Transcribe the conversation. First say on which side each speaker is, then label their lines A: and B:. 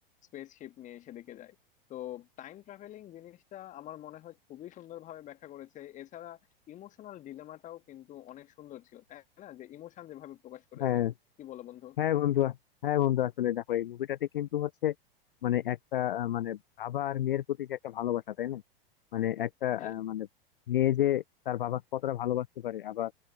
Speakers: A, on the left (about 25°); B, on the left (about 65°).
A: স্পেসশিপ নিয়ে সেদিকে যায় তো টাইম ট্রাভেলিং জিনিসটা আমার মনে হয় খুবই সুন্দরভাবে ব্যাখ্যা করেছে এছাড়া ইমোশনাল ডিলেমাটাও কিন্তু অনেক সুন্দর ছিল তাই না যে ইমোশন যেভাবে প্রকাশ করেছে
B: হ্যাঁ
A: কি বলো বন্ধু
B: হ্যাঁ বন্ধু হ্যাঁ বন্ধু আসলে দেখো এই মুভিটাতে কিন্তু হচ্ছে মানে একটা আহ, মানে বাবা আর মেয়ের প্রতি যে একটা ভালোবাসা তাই না মানে একটা
A: হ্যাঁ
B: আহ, মানে মেয়ে যে তার বাবাকে কতটা ভালোবাসতে পারে আবার